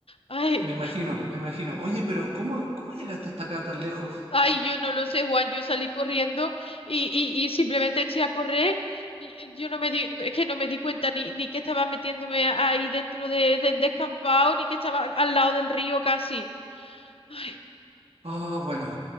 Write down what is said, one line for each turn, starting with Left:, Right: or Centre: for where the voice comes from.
Left: Ay.
Right: Me imagino, me imagino. Oye, pero ¿cómo, cómo llegaste hasta acá tan lejos?
Left: Ay, yo no lo sé, Juan, yo salí corriendo y, y, y simplemente eché a correr. y- y Yo no me di, es que no me di cuenta ni, ni que estaba metiéndome ahí dentro de- del descampado, ni que estaba al lado del río casi. Ay,
Right: Ah, bueno.